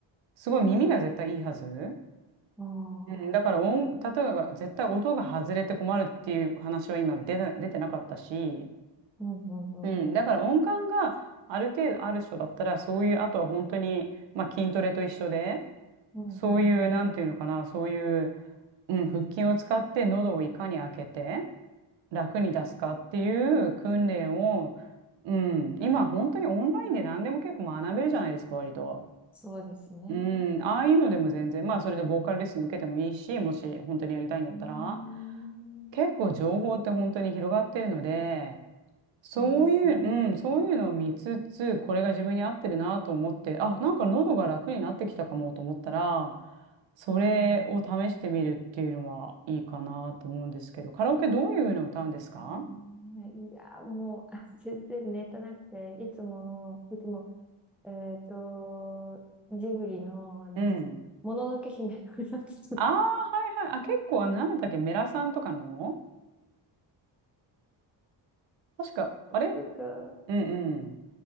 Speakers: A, on the right; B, in the centre.
A: すごい耳が絶対いいはず。
B: うん、
A: うん、だから音、
B: ああ。
A: 例えば絶対音が外れて困るっていう話は今出な、出てなかったし、
B: うんうんうんうん。
A: うん、だから音感がある程度ある人だったらそういうあとは本当に、まあ、筋トレと一緒で
B: うんうん
A: そういうなんていうのかなそういう、うん、腹筋を使って喉をいかに開けて楽に出すかっていう訓練を、
B: うん。うーん
A: うん、今本当にオンラインで何でも結構学べるじゃないですか割と。
B: そうですね。
A: うん、ああいうのでも全然まあそれでボーカルレッスン受けてもいいしもし本当にやりたいんだったら
B: うーん。
A: 結構情報って本当に広がってるので。
B: そうですね。
A: そういう、うん、そういうのを見つつ、これが自分に合ってるなと思って、あ、なんか喉が楽になってきたかもと思ったら、それを試してみるっていうのはいいかなと思うんですけど、
B: うんうん。
A: カラオケどういうのを歌うんですか
B: うーんいや、もう、あ全然ネタなくて、いつもの、いつもえっと、ジブリの、あの、
A: うん。
B: もののけ姫のやつとか、
A: ああ、はいはい。あ、結構、あの、なんだったっけ、メラさんとかの確か、あれ
B: とか、
A: うんうん。